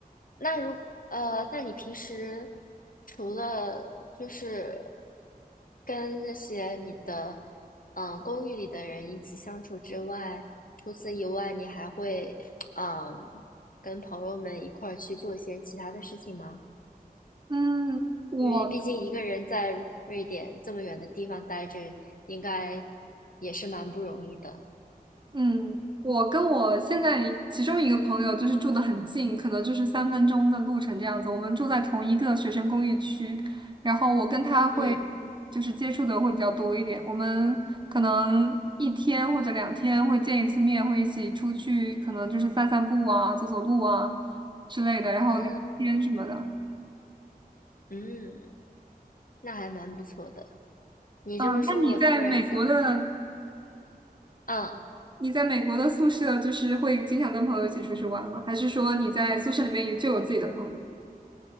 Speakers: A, on the left; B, on the right.
A: 那如呃，那你平时除了就是跟那些你的嗯、呃公寓里的人一起相处之外，除此以外，你还会嗯、跟朋友们一块儿去做一些其他的事情吗？
B: 嗯，我
A: 因为毕竟一个人在瑞典这么远的地方待着，应该也是蛮不容易的。
B: 嗯，我跟我现在其中一个朋友就是住的很近，可能就是三分钟的路程这样子。我们住在同一个学生公寓区，然后我跟他会
A: 嗯，
B: 就是接触的会比较多一点。我们可能一天或者两天会见一次面，会一起出去，可能就是散散步啊、走走路啊之类的，然后聊天什么的。
A: 啊，嗯，那还蛮不错的。你这么说，
B: 嗯，那你在美国的
A: 我突然想，啊。
B: 你在美国的宿舍就是会经常跟朋友一起出去玩吗？还是说你在宿舍里面有就有自己的朋友？